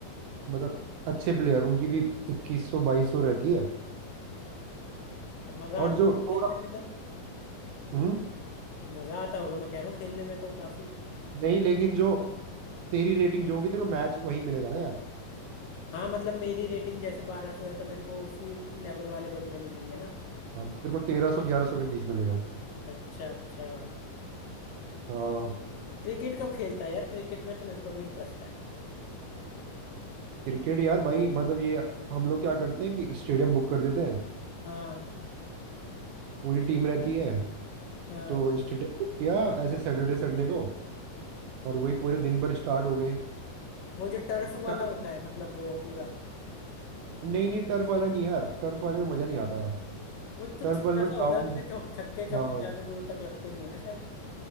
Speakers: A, on the right; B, on the left.
A: मतलब अच्छे प्लेयर उनकी भी इक्कीस सौ बाईस सौ रहती है
B: तो मज़ा
A: और
B: आता
A: जो
B: होगा
A: थोड़ा
B: खेलने में तो
A: हम्म
B: मज़ा आता होगा मैं कह रहा हूँ खेलने में तो काफ़ी
A: नहीं लेकिन जो तेरी रेटिंग जो होगी तेरे को मैच वही मिलेगा ना यार
B: हाँ मतलब मेरी रेटिंग जैसे बारह सौ है तो मेरे को उसी लेवल वाले बंदे मिलेंगे ना
A: हाँ तेरे को तेरह सौ ग्यारह सौ के बीच मिलेगा
B: अच्छा अच्छा
A: हाँ
B: क्रिकेट कब खेलता है यार क्रिकेट में तो मेरे को भी इंटरेस्ट है
A: क्रिकेट यार भाई मतलब ये हम लोग क्या करते हैं कि स्टेडियम बुक कर देते हैं
B: हाँ
A: पूरी टीम रहती है
B: हाँ
A: तो स्टेडियम बुक किया ऐसे सैटरडे संडे को और वही पूरे दिन भर स्टार्ट हो गए
B: वो जो टर्फ वाला
A: टर्फ
B: होता है मतलब वो पूरा
A: नहीं नहीं टर्फ वाला नहीं यार टर्फ वाले में मजा नहीं आता यार
B: वो तो
A: टर्फ
B: छोटा
A: वाले में
B: सा
A: ग्राउंड
B: होता है उसमें चौक छक्के चौके
A: हाँ
B: ज्यादा दूर तक लगते नहीं है ना शायद